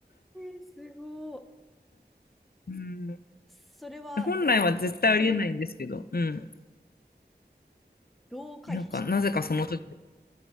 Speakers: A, in the centre; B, on the left.
A: え、すごい。
B: うん、
A: それは、
B: 本来は絶対ありえないんですけど、
A: なんか、うんうんうん。
B: うん。
A: どう回避したんですか
B: なんか、なぜかその時